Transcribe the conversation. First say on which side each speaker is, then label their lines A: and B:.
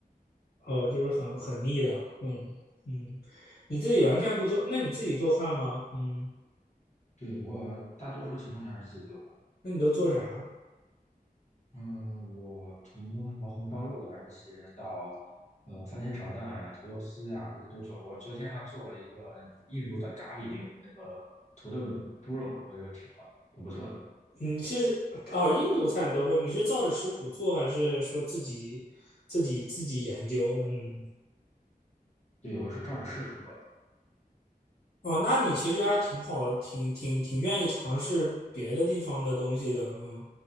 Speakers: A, on the left; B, on the left.
A: 哦，就是很很腻的，嗯嗯，你自己完全不做，那你自己做饭吗？嗯，
B: 对，我大多数情况下是自己做，
A: 那你都做啥？
B: 嗯，我从什么红烧肉呀这些到呃番茄炒蛋呀、土豆丝呀，这些都做过。我昨天还做了一个那个印度的咖喱牛那个土豆猪肉，我觉得挺好的，挺不错的。
A: 你是哦，印度菜你都会，你是照着食谱做，还是说自己自己自己研究？嗯
B: 对，我是照着食谱做的。
A: 哦，那你其实还挺好，挺挺挺愿意尝试别的地方的东西的，嗯，